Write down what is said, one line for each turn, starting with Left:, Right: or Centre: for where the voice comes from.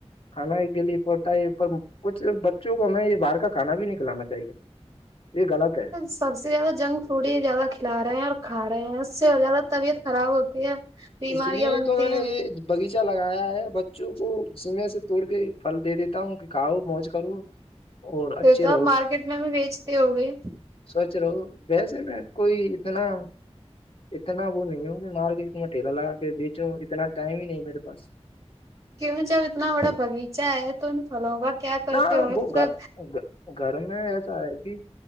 Left: کھانا کے لیے پڑتا ہے پر کچھ بچوں کو ہمیں یہ باہر کا کھانا بھی نہیں کھلانا چاہیے یہ غلط ہے
Right: سب سے زیادہ جنک فوڈ ہی زیادہ کھلا رہے ہیں اور کھا رہے ہیں اس سے زیادہ طبیعت خراب ہوتی ہے بیماریاں
Left: اس لیے
Right: بنتی
Left: ہی تو میں
Right: ہیں
Left: نے یہ بغیچہ لگایا ہے بچوں کو سمے سے توڑ کے پھل دے دیتا ہوں کہ کھاؤ موج کرو اور
Right: پھر
Left: اچھے
Right: تو آپ مارکیٹ میں بھی بیچتے ہو گے
Left: سوچ رہا ہوں ویسے میں کوئی اتنا اتنا وہ نہیں ہوں کہ مارکیٹ میں ٹیلا لگا کے بیچو اتنا ٹائم ہی نہیں میرے پاس
Right: کیوں جب اتنا بڑا بغیچہ ہے تو ان پھلوں کا کیا کرتے
Left: نہ
Right: ہوں گے
Left: وہ
Right: پورا
Left: گھر گھر میں ایسا ہے کہ